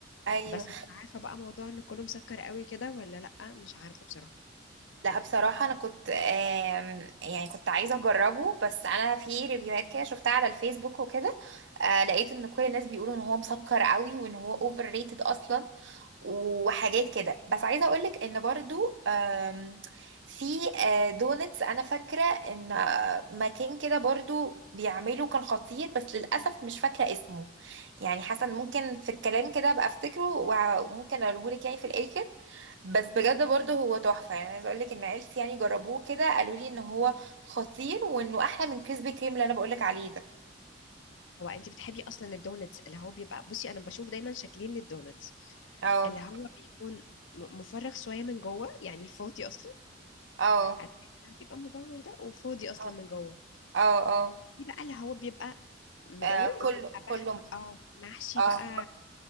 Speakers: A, on the right; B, on the left.
A: ايوه
B: بس مش عارفه بقى موضوع ان كله مسكر قوي كده ولا لا مش عارفه بصراحه
A: لا بصراحه انا كنت آم، يعني كنت عايزه اجربه بس انا في ريفيوهات كده شفتها على الفيسبوك وكده آه، لقيت ان كل الناس بيقولوا ان هو مسكر قوي وان هو اوفر ريتد اصلا وحاجات كده بس عايزه اقولك ان برضو آم، في آه، دونتس انا فاكره ان آه، مكان كده برضو بيعمله كان خطير بس للاسف مش فاكره اسمه يعني حسن ممكن في الكلام كده ابقى افتكره وممكن اقولهولك يعني في الاخر بس بجد برضو هو تحفه يعني عايزه اقولك ان عيلتي يعني جربوه كده قالوا لي ان هو خطير وانه احلى من كريسبي كريم اللي انا بقولك عليه ده
B: هو انت بتحبي اصلا الدونتس اللي هو بيبقى بصي انا بشوف دايما شكلين للدونتس
A: اه
B: اللي هو بيكون م- مفرغ شويه من جوه يعني فاضي اصلا
A: اه
B: عارفة اللي بيبقى مدور ده وفاضي اصلا
A: اه
B: من جوه
A: اه اه
B: في بقى اللي هو بيبقى مدور
A: آه، كله
B: وبيبقى
A: كله
B: بح او محشي
A: اه
B: بقى